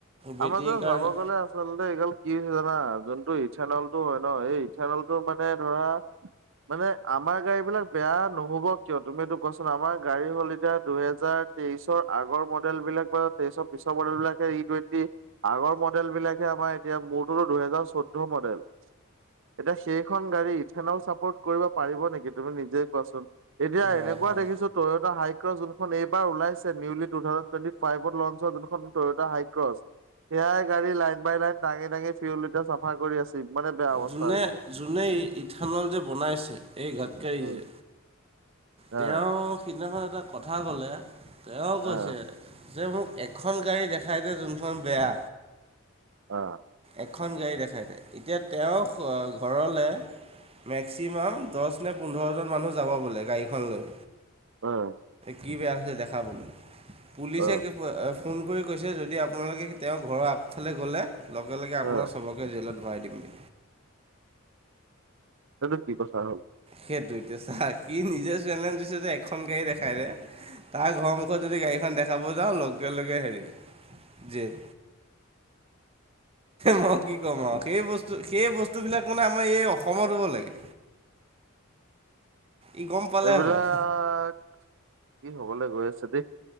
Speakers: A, on the right; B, on the right.
A: বেটেৰীৰ
B: আমাৰ যে
A: কাৰণে
B: যাব গ'লে আছে', আচলতে এইগাল কি হৈছে জানা যোনটো ইথানলটো হয় ন এই ইথানলটো মানে ধৰা', মানে আমাৰ গাড়ী বিলাক বেয়া নহ'ব কিয় তুমি এইটো কোৱাচোন? আমাৰ গাড়ী হ'ল এতিয়া দুহেজাৰ', তেইশৰ আগৰ মডেল বিলাক বা তেইশৰ পিছৰ মডেল বিলাকে ই টুৱেণ্টি', আগৰ মডেল বিলাকহে আমাৰ এতিয়া মোৰটোত দুহেজাৰ চৈধ্য মডেল', এতিয়া সেইখন গাড়ী ইথানল চাপৰ্ট কৰিব পাৰিব নেকি তুমি নিজেই কোৱাচোন? এতিয়া
A: হয়
B: এনেকুৱা
A: হয়
B: দেখিছোঁ? টয়োটা হাইক্ৰ যোনখন এইবাৰ ওলাইছে নিউলি টু থাউজেন্ড টুৱেণ্ট ফাইভত লঞ্চ হোঁৱা যোনখন ', টয়তা হাইক্ৰ সেয়াই গাড়ী লাইন বাই লাইন দাঙি দাঙি ফিউল চাফা কৰি আছ মানে বেয়া অৱস্থা
A: যোনে
B: হৈছে
A: যোনেই ইথানল যে বনাইছে এই ঘাটকাৰী
B: উম
A: যে তেওঁ
B: অ
A: সিদিনাখন এটা কথা ক'লে, তেওঁ
B: অ
A: কৈছে? যে মোক এখন গাড়ী দেখাই দে যোনখন বেয়া?
B: আহ',
A: এখন গাড়ী দেখাই দে এতিয়া তেওঁ ঘৰলে মেক্সিমাম দহ নে পোন্ধৰজন মানুহ যাব বোলে গাড়ীখনলৈ
B: অ
A: কি বেয়া হৈছে দেখাবলৈ পুলিচে
B: অ
A: ফোন কৰি কৈছে যদি আপোনালোকে তেওঁৰ ঘৰৰ আগফালে গ'লে লগে লগে
B: অ
A: আপোনাক চবকে জেলত ভৰাই দিমগে
B: সেইটো কি কথা হল।
A: সেইটোৱে এতিয়া চা কি নিজে সেলেঞ্চ দিছে যে এখন গাড়ী দেখাই দে। তাৰ ঘৰৰ মুখত যদি গাড়ীখন দেখাব যাওঁ লগে লগে হেৰি জেল মই কি কম আও সেই বস্তু সেই বস্তুবিলাক মানে আমাৰ এই অসমত হব লাগে। ই গম পালে
B: এইবিলাক
A: হয়
B: কি হবলৈ গৈ আছে দেই।